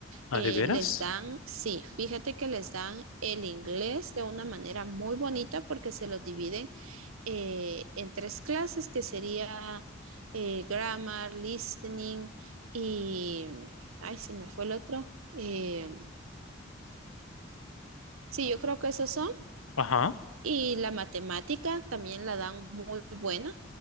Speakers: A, on the left; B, on the right.
A: ¿Ah,
B: eh,
A: de veras?
B: les dan, sí, fíjate que les dan el inglés de una manera muy bonita porque se lo dividen eh, en tres clases que sería eh, grammar, listening y, ay, se me fue el otro. Eh, sí, yo creo que esos son.
A: Ajá.
B: Y la matemática también la dan muy buena.